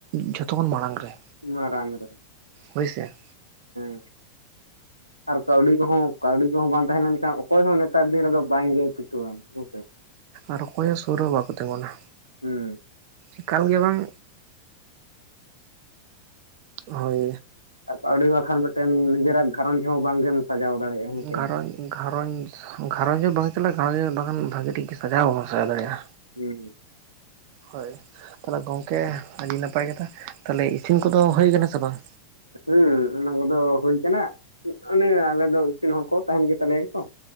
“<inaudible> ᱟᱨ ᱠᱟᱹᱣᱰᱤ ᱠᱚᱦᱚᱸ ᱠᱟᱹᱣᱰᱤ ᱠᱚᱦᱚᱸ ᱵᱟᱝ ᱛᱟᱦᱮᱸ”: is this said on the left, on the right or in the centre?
Left